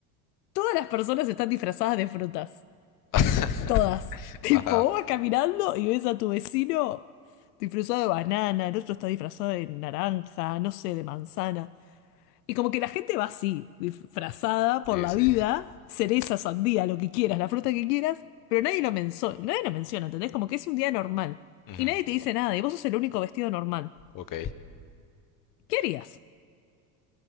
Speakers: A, on the left; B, on the left.
A: todas las personas están disfrazadas de frutas.
B: <laughs>
A: Todas. <laughs> Tipo,
B: Ajá,
A: vos vas caminando y ves a tu vecino disfrazado de banana, el otro está disfrazado de naranja, no sé, de manzana. Y como que la gente va así, disfrazada por
B: sí,
A: la
B: sí.
A: vida, cereza, sandía, lo que quieras, la fruta que quieras, pero nadie lo menso- nadie lo menciona, ¿entendés? Como que es un día normal.
B: Ujú,
A: Y nadie te dice nada, y vos sos el único vestido normal.
B: Ok.
A: ¿Qué harías?